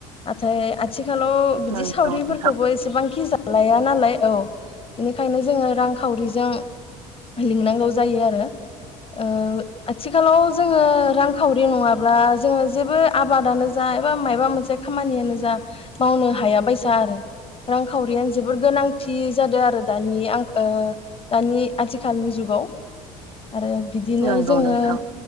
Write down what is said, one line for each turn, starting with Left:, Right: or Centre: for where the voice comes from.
Left: नाथाय आथिखालाव बिदि
Right: नंगौ
Left: सावरिफोरखौबो
Right: नोंथां
Left: एसेबांखि जा लाया नालाय औ बेनिखायनो जोङो रांखावरिजों लिंनांगौ जायो आरो ओ आथिखालाव जोङो रां खावरि नङाब्ला जोङो जेबो आबादानो जा एबा मायबा मोनसे खामानियानो जा मावनो हायाबायसा आरो रांखावरियानो जोबोर गोनांथि जादों आरो दानि आं ओ दानि आथिखालनि जुगाव आरो बिदिनो
Right: नंगौ
Left: जोङो
Right: नोंथां